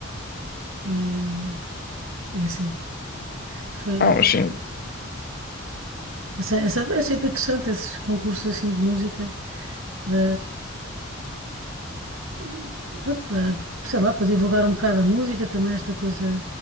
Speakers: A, on the right; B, on the left.
A: é, é assim. Foi,
B: Ah,
A: eu também.
B: mas sim,
A: Essa, essa, é sempre interessante, esses concursos assim de música para, eh, pronto, para, sei lá, para divulgar um bocado a música, também esta coisa